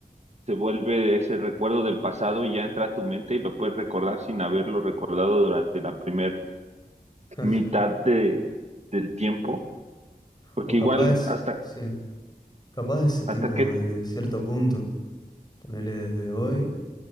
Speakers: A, on the right; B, on the left.
A: se vuelve ese recuerdo del pasado y ya entra a tu mente y lo puedes recordar sin haberlo recordado durante la primer
B: <laughs>
A: mitad de, del tiempo. Porque
B: O capaz,
A: igual hasta,
B: sí, capaz ese tipo
A: hasta qué
B: desde cierto punto. Ponele desde hoy,